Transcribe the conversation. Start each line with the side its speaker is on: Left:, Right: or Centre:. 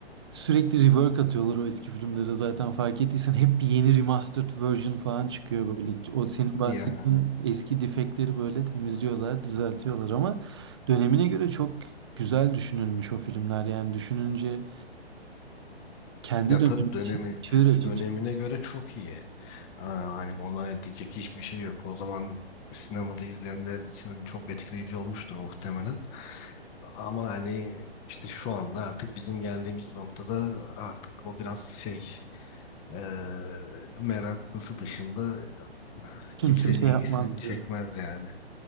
Right: Sürekli rework atıyorlar o eski filmlere zaten fark ettiysen hep bir yeni remastered version falan çıkıyor böyle. O senin bahsettiğin
Left: Ya
Right: eski defektleri böyle temizliyorlar, düzeltiyorlar ama dönemine göre çok güzel düşünülmüş o filmler. Yani düşününce kendi
Left: ya
Right: dönemi
Left: tabii dönemi
Right: için çığır açıcı.
Left: dönemine göre çok iyi. Aa, hani ona diyecek hiçbir şey yok. O zaman sinemada izleyenler için hani çok etkileyici olmuştur muhtemelen. Ama hani işte şu anda artık bizim geldiğimiz noktada artık o biraz şey eee, meraklısı dışında
Right: Kimse
Left: kimsenin
Right: şey
Left: ilgisini
Right: yapmazdı.
Left: çekmez yani.